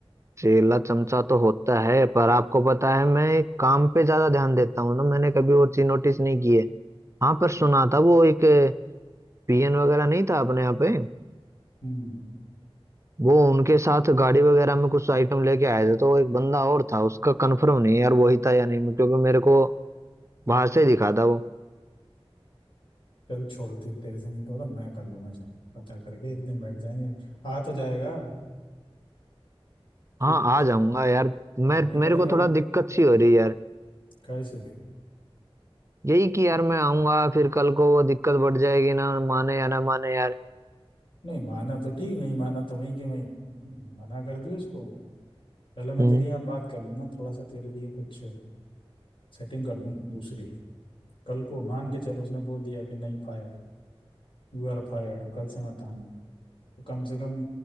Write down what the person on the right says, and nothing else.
चेला चमचा तो होता है पर आपको पता है मैं काम पे ज्यादा ध्यान देता हूँ ना मैंने कभी और चीज नोटिस नहीं की है हाँ पर सुना था वो एक पीएन वगैरह नहीं था अपने यहाँ पे
वो उनके साथ गाड़ी वगैरह में कुछ आइटम लेके आए थे तो वो एक बंदा और था उसका कंफर्म नहीं है यार वही था या नहीं क्योंकि मेरे को बाहर से ही दिखा था वो
हाँ आ जाऊंगा यार मैं
मेरे
को थोड़ा दिक्कत सी हो रही है यार
यही कि यार मैं आऊंगा फिर कल को वो दिक्कत बढ़ जाएगी ना माने या ना माने यार
हम्म